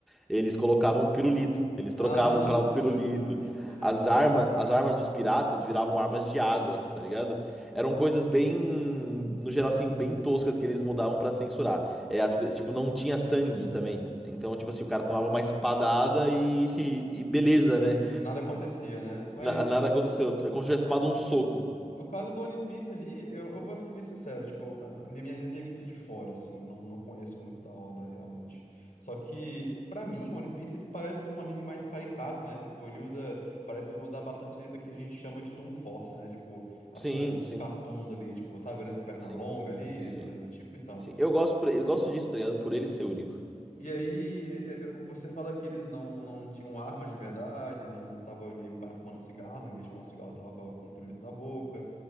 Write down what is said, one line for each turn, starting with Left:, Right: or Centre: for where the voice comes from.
Centre: eles colocavam um pirulito, eles trocavam
Left: Ah,
Centre: para
Left: sim,
Centre: o pirulito.
Left: eu já
Centre: As
Left: vi.
Centre: armas, as armas dos piratas viravam armas de água, tá ligado? Eram coisas bem, no geral assim, bem toscas que eles mudavam pra censurar. É, as pe- tipo, não tinha sangue também. Então, tipo assim, o cara tomava uma espadada e, <laughs> e, beleza, né?
Left: Nada acontecia, né? Mas.
Centre: Na- nada aconteceu. É como se tivesse tomado um soco.
Left: No caso do One Piece ali, eu, eu vou ser bem sincero, tipo, a a minha, na minha vista de fora, assim, eu não, não conheço muito da obra realmente. Só que, pra mim, One Piece ele parece ser um anime mais caricato, né? Tipo, ele usa, parece usar bastante ali do que a gente chama de Toon Force, né? Tipo, a
Centre: Sim,
Left: força dos
Centre: sim,
Left: cartoons ali, tipo, sabe, olhando perna
Centre: sim,
Left: longa ali,
Centre: sim,
Left: coisa do tipo, então.
Centre: sim. Eu gosto, por- eu gosto disso, tá ligado? Por ele ser único.
Left: E aí, é, é, você fala que eles não, não tinham arma de verdade, não tava ali o cara fumando cigarro, em vez de fumar um cigarro, tava com um pirulito na boca.